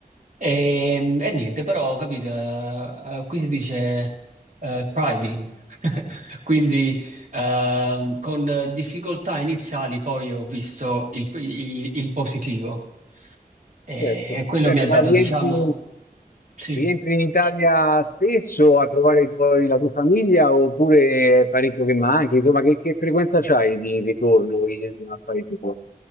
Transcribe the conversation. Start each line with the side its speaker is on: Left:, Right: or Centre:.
Right: E, e niente, però ho capito, eh, eh, qui si dice eh, thriving, <laughs> quindi ehm, con difficoltà iniziali poi ho visto il, il- il positivo e
Left: Certo,
Right: quello
Left: certo,
Right: mi ha dato,
Left: ma rientri,
Right: diciamo, sì,
Left: rientri in Italia spesso a trovare i tuoi- la tua famiglia oppure è parecchio che manchi? Insomma, che, che frequenza c'hai di ritorno in- al paese tuo?